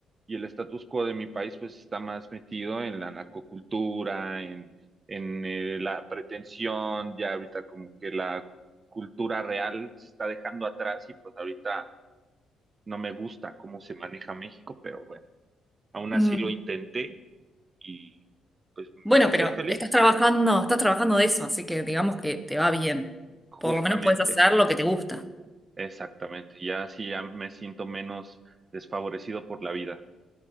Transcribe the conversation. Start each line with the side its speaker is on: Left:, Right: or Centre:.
Right: y el status quo de mi país pues está más metido en la narcocultura, en, en eh, la pretensión, ya ahorita como que la cultura real se está dejando atrás y pues ahorita no me gusta cómo se maneja México, pero bueno, aún así
Centre: Mm,
Right: lo intenté y pues mm,
Centre: Bueno,
Right: soy
Centre: pero
Right: feliz.
Centre: estás trabajando, estás trabajando de eso, así que digamos que te va bien.
Right: Justamente,
Centre: Por lo menos puedes hacer lo que te gusta.
Right: exactamente. Ya así ya me siento menos desfavorecido por la vida.